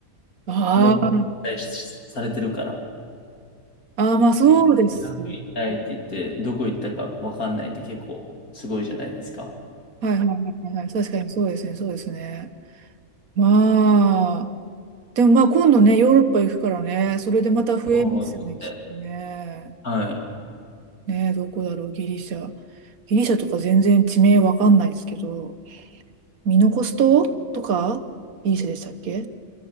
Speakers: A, on the right; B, on the left.
A: ああー、
B: う、脳が期待しされてるから。
A: あーまあそうです。
B: 世界で100行きたいって言って、どこ行ったかわかんないって結構すごいじゃないですか。
A: はいはいはいはい。確かにそうですね、そうですね。まあ、でもまあ今度ね、ヨーロッパ行くからね、それでまた増えますよね、
B: そうですね。
A: きっとね。
B: はい。
A: ねえ、どこだろう、ギリシャ。ギリシャとか全然地名わかんないですけど、ミノコス島とか、ギリシャでしたっけそ